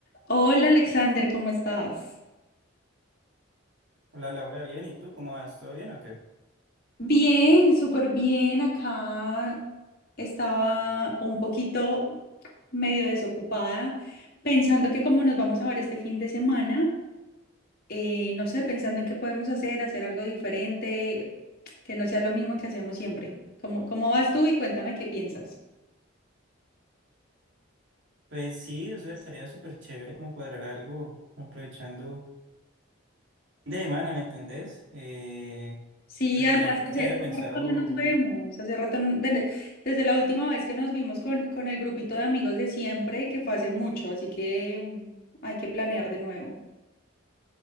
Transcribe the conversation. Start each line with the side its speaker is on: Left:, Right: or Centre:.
Left: Hola Alexander, ¿cómo estás?
Right: Hola Laura, bien, ¿y tú cómo vas? ¿Todo bien o qué?
Left: Bien, súper bien. Acá estaba un poquito medio desocupada, pensando que como nos vamos a ver este fin de semana, eh, no sé, pensando en qué podemos hacer, hacer algo diferente, que no sea lo mismo que hacemos siempre. ¿Cómo, cómo vas tú y cuéntame qué piensas?
Right: Pues sí, o sea, sería súper chévere como cuadrar algo aprovechando de semana, ¿me entendés? Eh,
Left: Sí,
Right: pues
Left: además
Right: mira
Left: que
Right: que
Left: hace,
Right: había
Left: hace
Right: pensado,
Left: rato no nos vemos, hace rato, no- de- desde la última vez que nos vimos con, con el grupito de amigos de siempre, que fue hace mucho, así que mm, hay que planear de nuevo.